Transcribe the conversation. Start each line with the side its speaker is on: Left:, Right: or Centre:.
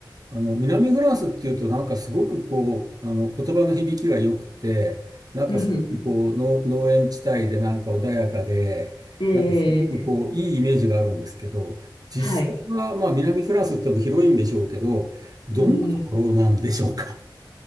Right: あの、南フランスっていうと、なんかすごくこう、あの、言葉の響きが良くて、なんかすごくこう、
Left: <laughs>
Right: の農園地帯でなんか穏やかで、
Left: ええ、
Right: なんかすごくこう、いいイメージがあるんですけど、実際は、
Left: はい。
Right: まあ、南フランスっても広いんでしょうけど、どんなところなんでしょうか。
Left: うん。